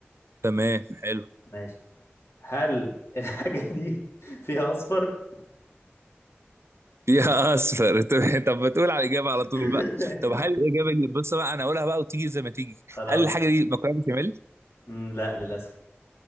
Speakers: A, on the right; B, on the left.
A: تمام حلو
B: ماشي هل الحاجة دي فيها اصفر
A: فيها اصفر <laughs> طب طب ما تقول على الاجابه على
B: <laughs>
A: طول بقى
B: ماشي،
A: طب هل الاجابه دي بص بقى انا اقولها بقى وتيجي زي ما تيجي
B: خلاص
A: هل الحاجه دي مكرونه بشاميل؟
B: مم، لا للأسف